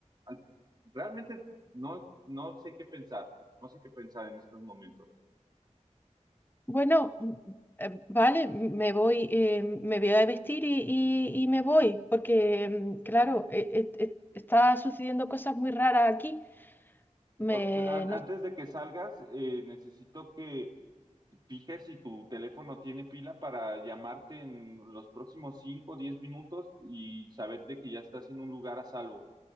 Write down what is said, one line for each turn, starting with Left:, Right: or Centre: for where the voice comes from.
Right: al- realmente no, no sé qué pensar, no sé qué pensar en estos momentos.
Left: Bueno, mm, eh, vale, me voy, eh, me voy a vestir y, y- y me voy, porque, mm, claro, eh, eh, eh, está sucediendo cosas muy raras aquí. Me,
Right: O- an-
Left: no-
Right: Antes de que salgas, eh, necesito que fije si tu teléfono tiene pila para llamarte en los próximos 5 o 10 minutos y saber de que ya estás en un lugar a salvo.